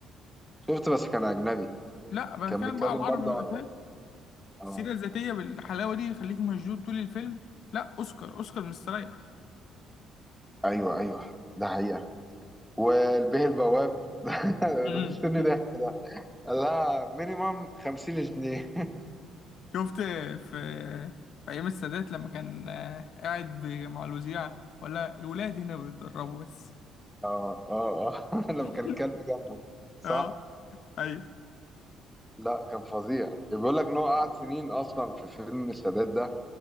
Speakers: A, in the centre; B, on the left.
A: شفت بس كان أجنبي
B: لا
A: كان
B: بتكلم
A: بيتكلم
B: بقى على العربي
A: برضه
B: بقى،
A: عن
B: فاهم؟
A: اه
B: السيرة الذاتية بالحلاوة دي يخليك مشدود طول الفيلم لا اوسكار اوسكار مستريح
A: ايوه ايوه ده حقيقه والبيه البواب <laughs> ده
B: مم.
A: ده مستني
B: <laughs>
A: ضحك ده قال لها مينيمم 50 جنيه
B: شفت في في ايام السادات لما كان آه، قاعد ب- مع الوزيع ولا الولاد هنا بيتدربوا بس
A: اه اه اه <laughs> لما
B: <laughs>
A: كان الكلب جنبه صح
B: اه ايوه
A: لا كان فظيع بيقول لك ان هو قعد سنين اصلا في فيلم السادات ده